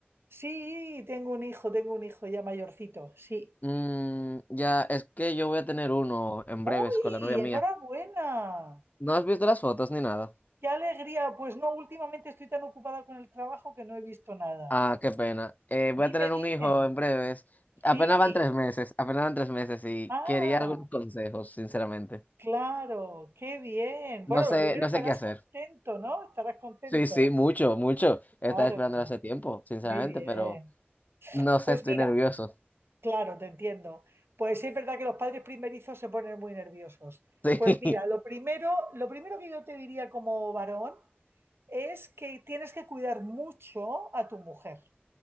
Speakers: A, on the right; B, on the left.
A: sí, tengo un hijo, tengo un hijo ya mayorcito, sí.
B: Mm, ya, es que yo voy a tener uno en
A: ¡Uy!
B: breves con la novia mía.
A: ¡Enhorabuena!
B: ¿No has visto las fotos ni nada?
A: ¡Qué alegría! Pues no, últimamente estoy tan ocupada con el trabajo que no he visto nada.
B: Ah, qué pena. Eh, voy
A: Dime,
B: a tener un
A: dime.
B: hijo en breves. Apenas
A: Sí.
B: van tres meses, apenas van tres meses y
A: Ah,
B: quería algunos consejos, sinceramente.
A: claro, qué bien. Bueno,
B: No sé,
A: lo primero
B: no
A: estarás
B: sé qué hacer.
A: contento, ¿no? Estarás contento.
B: Sí, sí, mucho, mucho. Estaba
A: Claro,
B: esperando hace tiempo, sinceramente,
A: muy bien.
B: pero no sé,
A: Pues
B: estoy
A: mira.
B: nervioso. <laughs>
A: Claro, te entiendo. Pues sí es verdad que los padres primerizos se ponen muy nerviosos.
B: Sí,
A: Pues mira, lo primero, lo primero que yo te diría como varón es que tienes que cuidar mucho a tu mujer